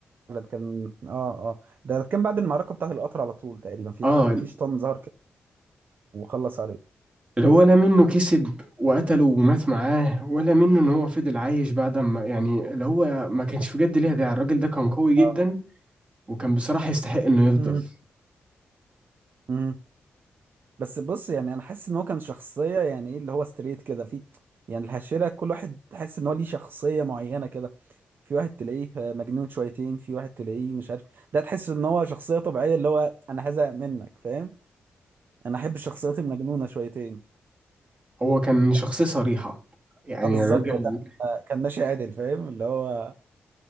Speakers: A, on the right (about 55°); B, on the right (about 30°).
A: كان اه اه ده كان بعد المعركه بتاعت القطر على طول تقريبا في
B: اه
A: حد في شيطان ظهر كده وخلص عليه
B: اللي هو لا منه كسب وقتله ومات معاه ولا منه ان هو فضل عايش بعد ما يعني اللي هو ما كانش بجد ليها داعي الراجل ده كان قوي جدا
A: اه
B: وكان بصراحة يستحق انه يفضل
A: مم. مم. بس بص يعني انا حاسس ان هو كان شخصيه يعني ايه اللي هو ستريت كده في يعني الحشره كل واحد تحس ان هو ليه شخصيه معينه كده في واحد تلاقيه مجنون شويتين في واحد تلاقيه مش عارف ده تحس ان هو شخصيه طبيعيه اللي هو انا هزهق منك فاهم انا احب الشخصيات المجنونه شويتين
B: هو كان شخصية صريحة يعني
A: اه بالظبط
B: الراجل
A: هو كان آه، كان ماشي عادل فاهم اللي هو